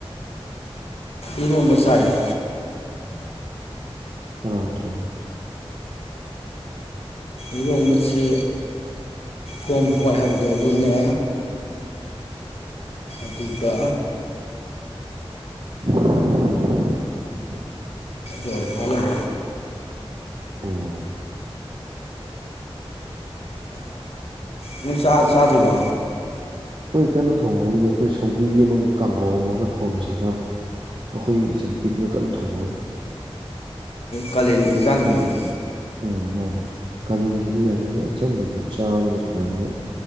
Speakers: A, on the left (about 75°); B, on the right (about 55°).
A: ꯏꯔꯣꯝꯕ ꯆꯥꯏꯌ‌ꯦ
B: ꯑꯣ ꯀꯅꯥꯅ ꯊꯣꯛꯒꯦ
A: ꯏꯔꯣꯝꯕꯁꯤ <unintelligible> ꯍꯥꯏꯕꯗꯣ ꯑꯗꯨꯅꯦ ꯑꯗꯨꯒ
B: <unintelligible>
A: ꯂꯣꯏꯔꯦ ꯍꯥꯂꯟ
B: ꯑꯣ
A: ꯅꯣꯏ ꯆꯥ ꯆꯥꯗ꯭ꯔꯤꯕꯣ
B: ꯑꯩꯈꯣꯏ ꯀꯟꯅ ꯊꯣꯡꯍꯧꯔꯤꯌꯦ ꯑꯩꯈꯣꯏ ꯁꯧꯒ꯭ꯔꯤ ꯑꯃꯒ ꯀꯥꯡꯒꯧ ꯑꯃꯒ ꯊꯣꯡꯖꯤꯅ ꯑꯩꯈꯣꯏ ꯏꯆꯟꯅꯨꯄꯤꯗꯨꯅ ꯀꯟꯅ ꯊꯣꯡꯍꯧꯔꯤ
A: ꯀꯥꯂꯦꯟ ꯏꯟꯖꯥꯡꯅꯤꯅꯦ
B: ꯎꯝ ꯃꯥꯅꯦ ꯀꯥꯂꯦꯟꯖꯤꯗꯤ ꯌꯥꯔꯤꯉꯩ ꯑꯆꯝꯕ ꯑꯗꯨꯝ ꯆꯥꯕꯅ ꯐꯔꯦꯅ